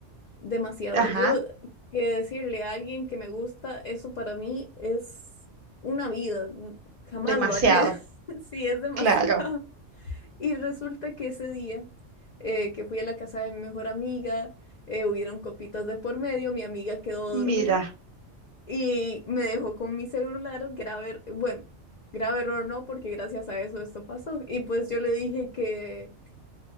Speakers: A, on the left (about 70°); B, on the right (about 50°).
A: demasiado.
B: Ajá,
A: Yo que decirle a alguien que me gusta, eso para mí es una vida. N- Jamás
B: demasiado,
A: lo haría. <laughs> Sí, es demasiado.
B: claro.
A: Y resulta que ese día eh, que fui a la casa de mi mejor amiga, eh, hubieron copitas de por medio, mi amiga quedó
B: Mira.
A: dormida y me dejó con mi celular, grave, er- bueno, grave error no, porque gracias a eso esto pasó. Y pues yo le dije que